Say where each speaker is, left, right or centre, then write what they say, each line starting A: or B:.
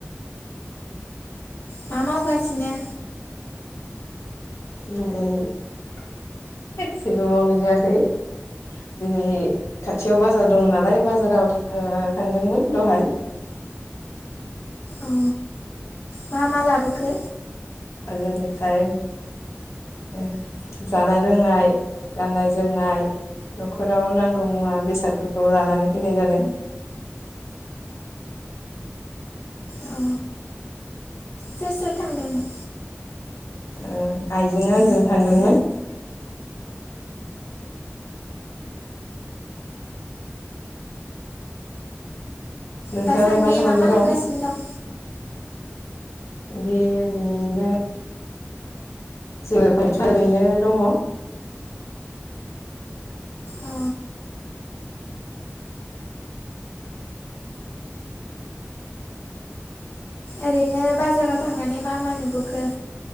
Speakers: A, on the left; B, on the left.
A: मा मावगासिनो?
B: दिनै जेबो मावनाय जायाखै दिनै खाथियाव बाजार दङ नालाय बाजाराव ओ थांदोंमोन दहाय
A: अ मा मा लाबोखो?
B: बाजारनिफ्राय ओ जानाय लोंनाय गाननाय जोमनाय न'खराव नांगौ मुवा बेसादफोरखौ लानानै फैनाय जादों।
A: अ सोर सोर थांदोंमोन?
B: ओ आइजों आंजों थांदोंमोन। नोंथाङालाय
A: दासान्दि
B: खालामना
A: मा खालामगासिनो
B: दं
A: दं?
B: बिदि ओरैनो जायथ' ओरैनो दङ।
A: अ ओरैनो बाजाराव थांनानै मा मा नुबोखो?